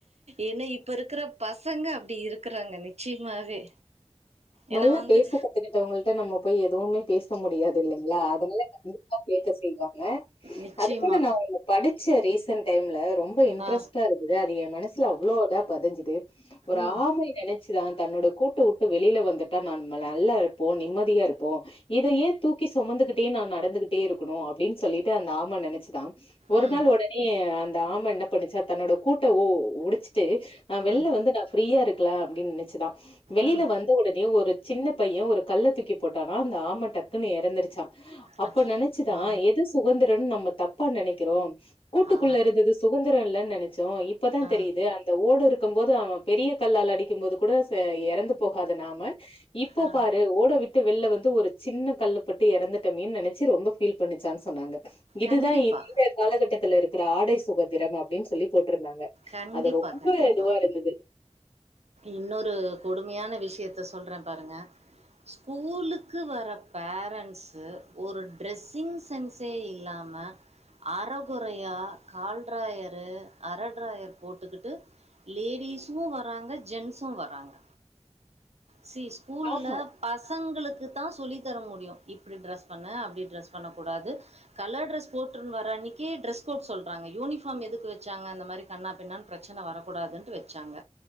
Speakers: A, on the right (about 70°); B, on the left (about 55°).
A: ஏன்னா இப்ப இருக்குற பச பசங்க அப்டி இருக்குறாங்க நிச்சயமாவே
B: நல்லா
A: ஏன்னா வந்து
B: பேச கத்துக்கிட்டவங்கள்ட்ட நம்ம போய் எதுவுமே பேச முடியாது இல்லைங்களா அதனால கண்டிப்பா பேச செய்வாங்க
A: நிச்சயமா.
B: அது கூட நான் ஒண்ணு படிச்ச ரீசன்ட் டைம்ல ரொம் ரொம்ப இன்ட்ரஸ்டா
A: ஆ.
B: இருக்குது அது ஏ மனசுல அவ்ளோ இதா பதிஞ்சுது ஒரு
A: ம்.
B: ஆமை நெனைச்சுதா தன்னோட கூட்டு வுட்டு வெளில வந்து வந்துடா நம்ம நல்லா இருப்போம் நிம்மதியா இருப்போம் இதையே தூக்கி சுமந்துகிட்டே நான் நடந்துகிட்டே இருக்கணும் அப்படின்னு சொல்லிட்டு அந்த ஆம நினைச்சுதான் ஒரு
A: ம்.
B: நாள் ஒடனே அந் அந்த ஆம என்ன பண்ணிச்சா தன்னோட கூட்ட ஓ உடச் ட்டு நான் வெளியில
A: ம்.
B: வந்து நான் ஃப்ரீயா இருக் இருக்கலா அப்டின்னு நினச்சுதான் வெளியில
A: ம்.
B: வந்த உட ஒரு சின்ன பையன் ஒரு கல்ல தூக்கி போட்டானா அந்த ஆமெ டக்குன்னு இறந்திருச்சான் அப்ப
A: அச்சச்சோ!
B: நினைச்சுதான்
A: ஆ.
B: எது சுதந்திரம்னு நம்ம தப் தப்பா நெனைக்கிறோம் கூட்டுக்குள்ள
A: ஆ.
B: இருந்தது சுதந்திரம் இல்லேன்னு நெனச்சோம் இப்பதான்
A: ஆ.
B: தெரியுது அந்த ஓடு இருக்கு இருக்கும் போது அவன் பெரிய கல்லால அடிக்கும் போது கூட எறந்து போகாது நான் நம்ம இப்போ
A: ஆ.
B: பாரு ஓடெ விட்டு வெளில வந்து ஒரு சின்ன கல்லுக் பட்டு இறந்துட்டோமேன்னு நினச்சு ரொம்ப ஃபீல் பண்ணிச்சான்னு சொன்னாங்க இதுதான்
A: கண்டிப்பா.
B: இந்த காலகட்டத்துல இருக்கு ஆடை சுகந்திரம் அப்புடின்னு சொல்லி போட் போட்டு இருந்தாங்க
A: கண்டிப்பா,
B: அது ரொம்ப
A: கண்டிப்பா.
B: இதுவா இருந்தது
A: இன்னொரு கொடுமையான விஷயத்த சொல்றேன் பாருங்க ஸ்கூலுக்கு வர பேரண்ட்சு ஒரு ட்ரெஸ்ஸிங் சென்சே இல்லாம அறகொறையா கால் ட்ராயரு அரட்ராயர் போட்டுக்கிட்டு லேடிசும் வர்றாங்க ஜென்சும் வர்றாங்க சி ஸ்கூல்ல
B: ஆமா.
A: பசங்களுக்கு இது தான் சொல்லித்த தர முடியும் இப்டி ட்ரெஸ் பண்ணு அப்டி ட்ரெஸ் பண்ணக்கூடாது கலர் ட்ரெஸ் போட்டுன்னு வர அன்னிக்கு ட்ரெஸ் கோட் சொல்றாங்க யூனிஃபார்ம் எதுக்கு வச்சாங்க அந்த மாரி கன்னா பின்னான்னு பிரச்சன வரக்கூடாதுன்ட்டு வச்சாங்க